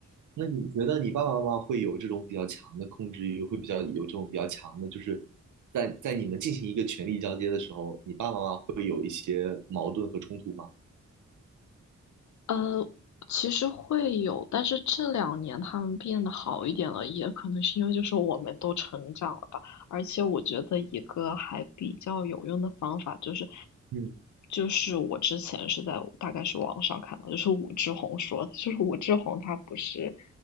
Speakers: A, on the right; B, on the left.
A: 那你觉得你爸爸妈妈会有这种比较强的控制欲，会比较有这种比较强的，就是在在你们进行一个权力交接的时候，你爸爸妈妈会有一些矛盾和冲突吗？
B: 呃，其实会有，但是这两年他们变得好一点了，也可能是因为就是我们都成长了吧。而且我觉得一个还比较有用的方法就是，
A: 嗯
B: 就是我之前是在大概是网上看到，就是武志红说的，就是武志红他不是，